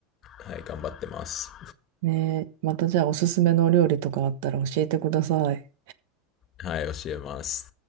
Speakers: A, on the left; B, on the right.
A: はい、頑張ってます。
B: ね。またじゃあおすすめのお料理とかあったら教えてください。
A: はい、教えます。